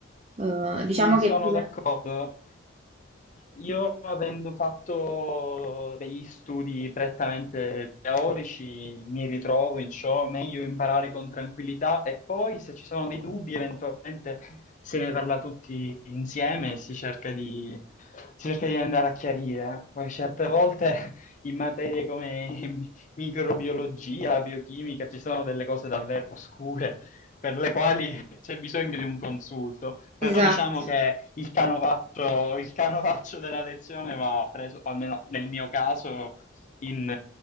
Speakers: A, on the right; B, on the left.
A: Eh,
B: Sì,
A: diciamo
B: sono
A: che è più...
B: d'accordo. Io avendo fatto degli studi prettamente teorici, mi ritrovo in ciò, meglio imparare con tranquillità e poi se ci sono dei dubbi, eventualmente se ne parla tutti insieme e si cerca di, si cerca di andare a chiarire. Poi certe volte <laughs> in materie come <laughs> mi- microbiologia, biochimica, ci sono delle cose davvero oscure per le quali c'è bisogno di un consulto. Però
A: Esatto.
B: diciamo che il canovaccio, il canovaccio della lezione va preso, almeno nel mio caso, in